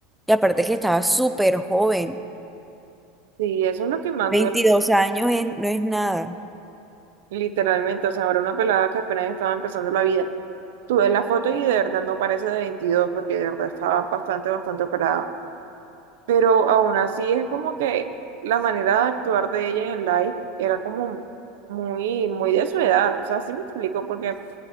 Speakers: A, in the centre; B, on the right.
A: Y aparte que estaba súper joven,
B: Sí, eso es lo que más
A: 22
B: duele,
A: años es- no es nada.
B: literalmente. O sea, ahora una pelada que apenas estaba empezando la vida. Tú ves la foto y de verdad no parece de 22, porque de verdad estaba bastante, bastante operada. Pero aún así es como que la manera de actuar de ella en el live era como muy, muy de su edad. O sea, sí me explico, porque...